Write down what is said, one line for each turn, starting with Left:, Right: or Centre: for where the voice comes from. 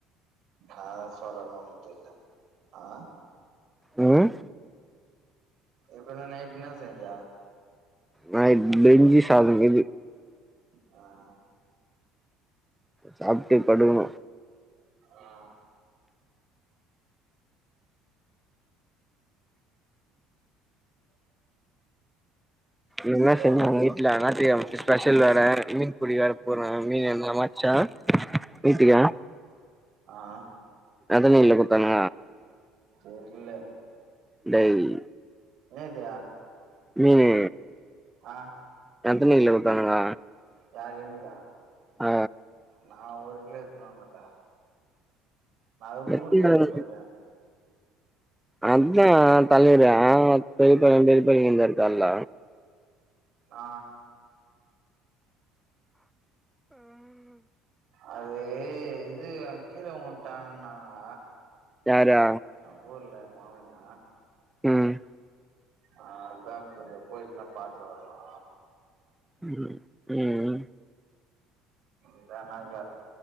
Right: அதா சொல்லனோன்னிட்டு இல்ல ஆ
Centre: ம்
Right: இப்பென்ன நைட் என்ன செஞ்ச
Centre: நைட் பிஞ்சி சாதோ கிது
Right: அ
Centre: சாப்ட்டு படுக்குனோ
Right: ஆ
Centre: இன்னா
Right: ஹலோ
Centre: செஞ்சாங்க வீட்ல ஞாயித்திக்கெழம
Right: ஆ
Centre: ஸ்பெஷல் வேற மீன்பிடிக்க வேற போனாங்க மீன் எதனா மாட்ச்சா வீட்டுக்கா
Right: ஆஆ
Centre: எத்தன கிலோ குத்தாங்க
Right: தெர்ல
Centre: டேய்
Right: என்னது
Centre: மீனு
Right: ஆ
Centre: எத்தனி கிலோ குட்த்தானுங்க
Right: யாரு எனுக்கா
Centre: அ
Right: நா ஒரு கிலோ எத்துனு வந்தேன் டா நா அது கூடோ
Centre: நெத்தியில
Right: ஊருக்கு எத்துன்னுப் போயிட்டே
Centre: அதா தலைவரு பெரிய பாளையோ பெரிய பாளையோ இந்தாரு கால்ல
Right: ஆ அது இது கீழ வுட்டாங்கன்னாங்க
Centre: யாரு
Right: அவுங் ஊர்ல எங் மாமேங்க
Centre: ம்
Right: அ அதா கொஞ்சோ போயிட்டுன்னா பாத்துட்டு வர்லா
Centre: ம் ம்
Right: இதானக